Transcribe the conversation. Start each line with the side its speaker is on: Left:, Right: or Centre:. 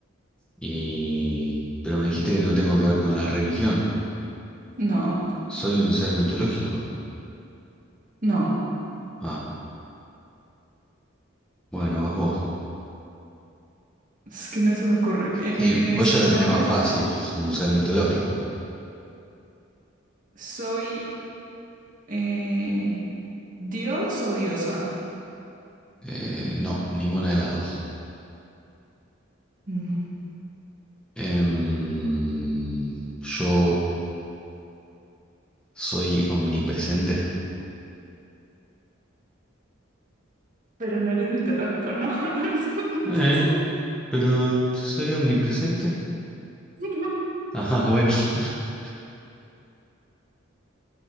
Centre: Y... Pero me dijiste que no tengo que ver con la religión.
Right: No,
Centre: ¿Soy un ser mitológico?
Right: no.
Centre: Ah, bueno, vas vos.
Right: Es que no se me ocurre. Eh,
Centre: Y vos
Right: soy,
Centre: ya la tenés más fácil, sos un ser mitológico.
Right: soy eh, Dios o diosa.
Centre: Eh, no, ninguna de las dos.
Right: Mm.
Centre: Em, yo soy omnipresente.
Right: Pero no eres mitológico. No, <laughs> no eres omnipresente.
Centre: Eh, pero soy omnipresente.
Right: <laughs> No.
Centre: Ajá, bueno. <laughs>